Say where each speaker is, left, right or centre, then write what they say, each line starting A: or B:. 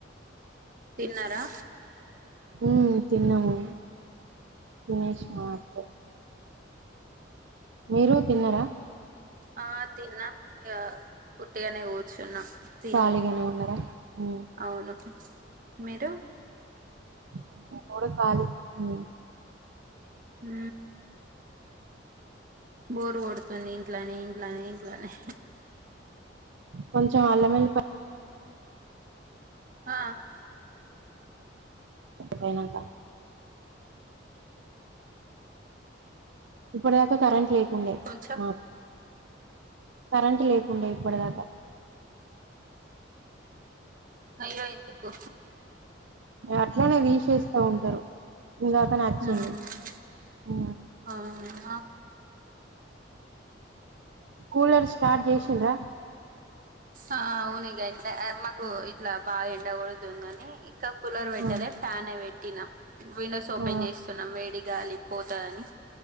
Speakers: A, on the right (about 45°); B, on the right (about 70°).
A: తిన్నారా
B: ఊ తిన్నాము తినేష్ణం అప్పుడె మీరు తిన్నరా
A: ఆ తిన్నాం ఇగ ఉత్తిగానె కూర్చున్నాం. తిని
B: ఖాళీగానె ఉన్నరా ఊ
A: అవును మీరు
B: మేము కూడ కాలి ఉం
A: హు బోర్ కొడ్ తుంది ఇంట్లనే ఇంట్లనే ఇంట్లనే
B: కొంచం అల్లమెల్లిప
A: ఆ
B: పొయినంక ఇప్పుడైతె కరంట్ లే కుండె
A: కొంచెం
B: మాకు కరెంటు లేకుండె ఇప్పడిదాకా
A: అ అయ్యో ఎందుకు
B: అట్లనె తీసేస్ ఉంటారు ఇందాకనే వచ్చింది.
A: మ్మ్
B: ఉ
A: అవునా
B: కూలర్ స్టార్ట్ జేసిండ్రా
A: ఆ అవును ఇగ ఎండ ఆయమ్మకు ఇట్లా బాగ ఎండ కొడుతుందని ఇంక కూలర్ పెట్టల
B: ఆ
A: ఫ్యాన్ ఎ పెట్టినాం విండోస్ ఓపెన్
B: ఆ
A: చేస్తున్నాం వేడి గాలి పోత అని